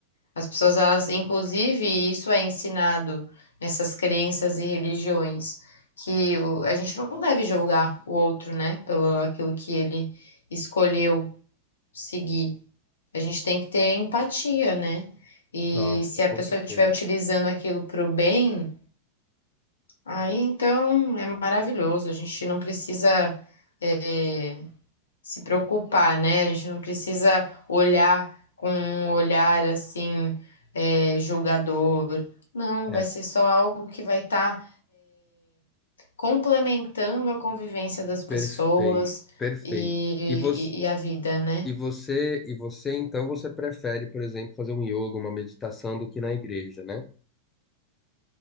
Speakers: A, on the left (about 70°); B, on the left (about 20°).
A: As pessoas, elas, inclusive, isso é ensinado nessas crenças e religiões, que o- a gente não deve julgar o outro, né, pelo aquilo que ele escolheu seguir. A gente tem que ter empatia, né? E
B: Nossa,
A: se a
B: com
A: pessoa
B: certeza.
A: estiver utilizando aquilo para o bem, aí então é maravilhoso. A gente não precisa, eh, se preocupar, né? A gente não precisa olhar com um olhar assim, é, julgador. Não, vai
B: É,
A: ser só algo que vai estar complementando a convivência das pessoas
B: perfeito, perfeito.
A: e,
B: E você
A: e- e a vida, né?
B: E você, e você então você prefere, por exemplo, fazer um yoga, uma meditação do que na igreja, né?